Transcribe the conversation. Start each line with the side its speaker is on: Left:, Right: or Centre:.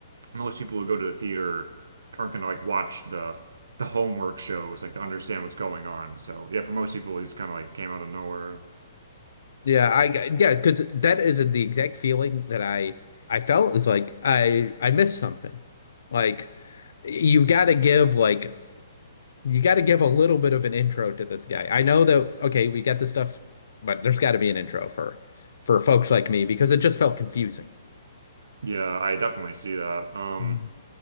Right: most people who go to the theater aren't gonna like watch the the homework shows like to understand what's going on. So yeah, for most people, he's kind of like came out of nowhere.
Left: Yeah, I yeah, because that is the exact feeling that I I felt is like I I missed something. Like, you've got to give like you got to give a little bit of an intro to this guy. I know that okay, we got this stuff, but there's got to be an intro for for folks like me because it just felt confusing.
Right: Yeah, I definitely see that. Um.
Left: Mm.